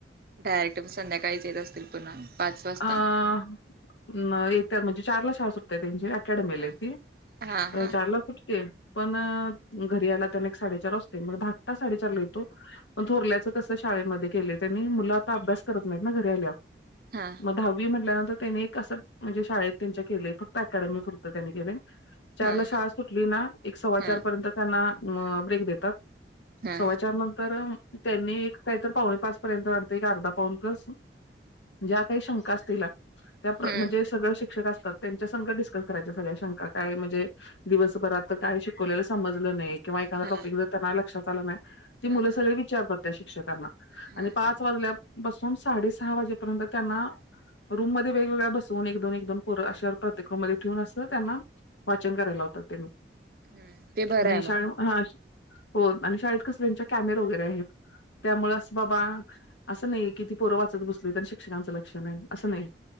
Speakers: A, on the right; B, on the left.
A: डायरेक्ट संध्याकाळीच येत असतील पुन्हा पाच
B: <unintelligible>
A: वाजता
B: आ न येता म्हणजे चारला शाळा सुटते त्यांची अकॅडमीला
A: हा
B: आहे ती
A: हा हा
B: अ चार ला सुटते. पण घरी यायला त्याना एक साडेचार वाजते मग धाकटा साडेचारला येतो. पण थोरल्यायचं कस शाळेमध्ये केले त्यांनी मुलं आता अभ्यास करत नाहीत ना घरी आल्यावर
A: हा.
B: मग दहावी म्हटल्यानंतर त्यांनी अस म्हणजे शाळेत त्यांच्या केलेय फक्त अकॅडमी पुरतं त्यांनी केलेय. चार
A: हा
B: ला शाळा सुटली ना एक सव्वा
A: हा
B: चार पर्यंत त्यांना अ ब्रेक देतात.
A: हा
B: सव्वा चार नंतर त्यांनी एक काहीतर पाहुणे पाच पर्यंत वाटतं एक अर्धा पाऊण तास ज्या काही शंका असतीला त्या
A: हा
B: म्हणजे सगळं शिक्षक असतात, त्यांच्यासंघ डिस्कस करायच्या सगळ्या शंका काय म्हणजे दिवसभरात तर काय शिकवलेलं समजलं नाही किंवा एखादा
A: हा
B: टॉपिक जर त्यांना लक्षात आलं नाही ती मुलं
A: हा
B: सगळी
A: हा
B: विचारतात त्या शिक्षकांना.
A: हा
B: आणि पाच
A: हा
B: वाजल्या पासून साडे सहा वाजेपर्यंत त्यांना रूम वेगवेगळ्या बसून एक -दोन, एक-दोन पोरं अशा प्रत्येक रूम मध्ये ठेवून असं त्यांना वाचन करायला लावतात त्यांनी
A: हम्म ते बरंय
B: आणि शाळे
A: मग
B: हा हो आणि शाळेत कसं त्यांच्या कॅमेरे वगैरे आहेत. त्यामुळे असं बाबा! असं नाही कि ती पोरं वाचत बसली, तर शिक्षकांचं लक्ष नाही असं नाही